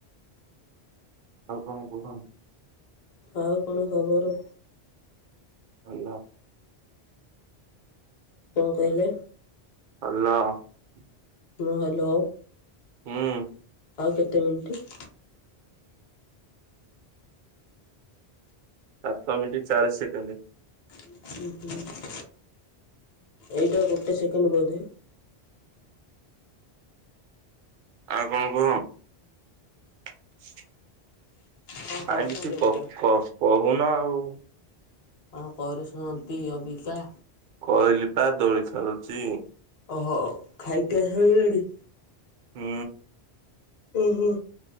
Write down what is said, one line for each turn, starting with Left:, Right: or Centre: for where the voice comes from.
Right: ଆଉ କଣ କୁହ
Left: ଆଉ କଣ ଖବର
Right: ହେଲୋ
Left: କଣ କହିଲେ
Right: ଅଲ
Left: ହଁ ହ୍ୟାଲୋ
Right: ହୁଁ
Left: ଆଉ କେତେ ମିନିଟ୍?
Right: ଆଠ ମିନଟ ଚାରି ସେକେଣ୍ଡ
Left: <unintelligible> ଏଇଟା ଗୋଟିେ ସେକେଣ୍ଡଣ୍ଡ ବୋଧେ
Right: ଆଉ କଣ କୁହ? <inaudible>
Left: କଣ
Right: କାଇ
Left: କରୁଛନ୍ତି
Right: କିଛି
Left: ଅବିକା?
Right: କ କ କ କୁଣ ଆଉ
Left: କଣ କରୁନ୍ତି ଅବିକା?
Right: କହିଲି ପା ଦଳି ଖେଳୁଛି
Left: ଓହୋ ଖାଇକି ଆସଇିଲାଣି?
Right: ହୁଁ
Left: ଓହୋ